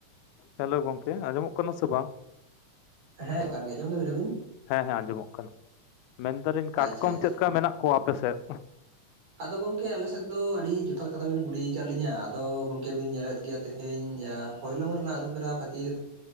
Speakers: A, on the left; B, on the right.
A: ᱦᱮᱞᱳ ᱜᱚᱝᱠᱮ ᱟᱸᱡᱚᱢᱚᱜ ᱠᱟᱱᱟ ᱥᱮ ᱵᱟᱝ?
B: ᱦᱮᱸ ᱚᱝᱠᱟᱱ ᱜᱮᱭᱟ ᱟᱸᱡᱚᱢ ᱫᱟᱵᱤᱱ ᱟᱹᱵᱤᱱ
A: ᱦᱮᱸ ᱦᱮᱸ ᱟᱸᱡᱚᱢᱚᱜ ᱠᱟᱱᱟ᱾ ᱢᱮᱱᱫᱟᱞᱤᱧ ᱠᱟᱴᱠᱚᱢ
B: ᱟᱪᱪᱷᱟ ᱟᱪᱪᱷᱟ
A: ᱪᱮᱫ ᱞᱮᱠᱟ ᱢᱮᱱᱟᱜ ᱠᱚᱣᱟ ᱟᱯᱮ ᱥᱮᱫ
B: ᱟᱫᱚ ᱜᱚᱢᱠᱮ ᱟᱞᱮᱥᱮᱫ ᱫᱚ ᱟᱹᱰᱤ ᱡᱚᱛᱷᱟᱛ ᱠᱟᱛᱷᱟ ᱵᱤᱱ ᱠᱩᱞᱤᱭᱟᱠᱟᱫ ᱞᱤᱧᱟᱹ ᱟᱫᱚ ᱜᱚᱢᱠᱮ ᱵᱤᱱ ᱧᱮᱞᱮᱫ ᱜᱮᱭᱟ ᱛᱮᱦᱮᱧ ᱮᱸ ᱦᱚᱭᱞᱚᱝ ᱨᱮᱱᱟᱜ ᱟᱹᱨᱩ ᱯᱷᱮᱨᱟᱣ ᱠᱷᱟᱹᱛᱤᱨ